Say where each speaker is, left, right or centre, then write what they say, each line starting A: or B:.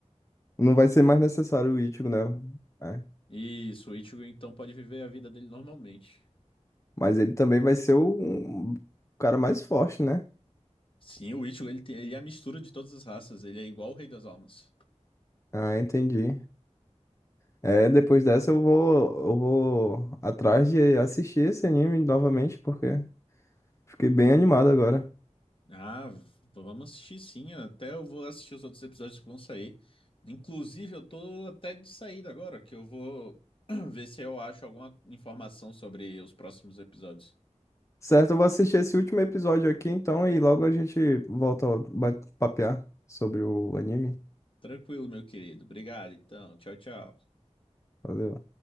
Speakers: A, on the left (about 25°); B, on the left (about 45°).
A: não vai ser mais necessário o Ichigo, né? É.
B: Isso, o Ichigo então pode viver a vida dele normalmente.
A: Mas ele também vai ser o, um cara mais forte, né?
B: Sim, o Ichigo ele tem, ele é a mistura de todas as raças, ele é igual o Rei das Almas.
A: Ah, entendi. É, depois dessa eu vou, eu vou atrás de assistir esse anime novamente, porque fiquei bem animado agora.
B: Ah, v- vamos assistir sim. Até eu vou assistir os outros episódios que vão sair. Inclusive, eu tô até de saída agora, que eu vou <clears throat> ver se eu acho alguma informação sobre os próximos episódios.
A: Certo, eu vou assistir esse último episódio aqui então e logo a gente volta a ba- papear sobre o anime.
B: Tranquilo, meu querido. Obrigado, então. Tchau, tchau.
A: Valeu.